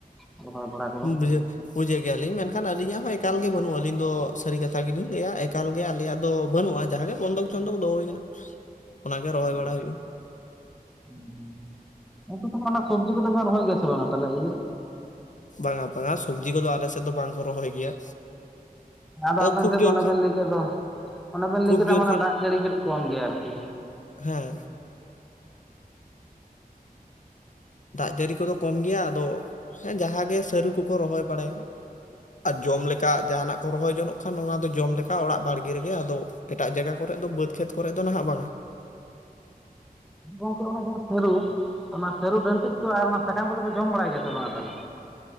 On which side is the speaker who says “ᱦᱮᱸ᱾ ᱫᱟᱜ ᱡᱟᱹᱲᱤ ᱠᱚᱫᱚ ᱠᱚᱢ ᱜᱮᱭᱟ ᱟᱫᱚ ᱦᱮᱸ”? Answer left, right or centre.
Left